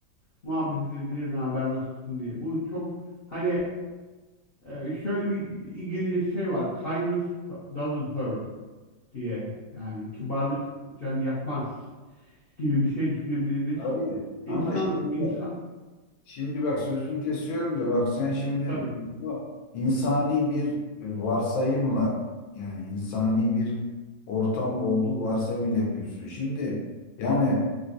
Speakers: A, on the left; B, on the left.
A: muhabbet edebilir ne haber nasılsın diye. Bu çok hani e, şöyle bir İngilizce şey var. Kindness doesn't hurt diye. Yani kibarlık can yakmaz gibi bir şey düşünebiliriz.
B: Abi
A: İnsan,
B: ama şimdi
A: insan
B: şimdi bak sözünü kesiyorum da bak sen şimdi
A: tabii.
B: bu insani bir varsayımla yani insani bir ortam olduğu varsayımıyla yapıyorsun. Şimdi yani